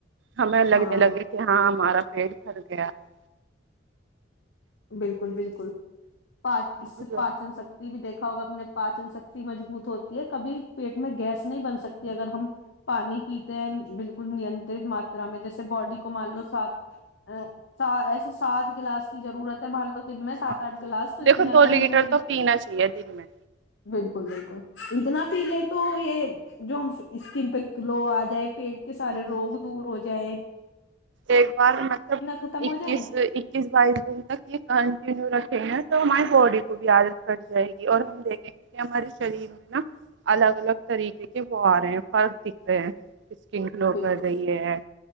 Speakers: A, on the right; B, on the left.
A: ہمیں لگنے
B: ہاں
A: لگے کہ ہاں ہمارا <unintelligible> پیٹ پھر گیا ہے
B: بالکل بالکل پاچر
A: بہت
B: پاچن شکتی بھی دیکھ کا ہوگا اپنے پاچن شکتی مجبوط ہوتی ہے کبھی پیٹ میں گیس نہیں بن سکتی اگر ہم پانی پیتے ہیں بالکل نینترت ماترا میں جیسے باڈی کو مان لو سات ا ایسے سات گلاس ضرورت بھ لو دن میں سات
A: ہاں
B: آٹھ گلاس تو اتنے
A: دیکھو
B: اگر
A: دو
B: ہم
A: لیٹر
B: نے پی
A: تو پینا چاہیے دن میں
B: بالکل بالکل اتنا پی لے تو یہ جو ہم اسکن پہ د لو آ جائے <unintelligible> پیٹ کے سارے
A: ہ ہ
B: روگ دور ہو جائےیں
A: ایک بار مطلب
B: ختم ہو
A: اکیس
B: جائیں
A: اکیس بائیس دن تک یہ کنٹینیو رکھیں گ تو ہماری باڈی کو بھی عادت پٹ جائے گی اور ہم دیک کہ ہمارے شریر میں نا الگ الگ طریقے کے وہ آ رہے ہیں فرق دکھ رہے ہیں اسکن گلو
B: بالکل
A: کر رہی ہے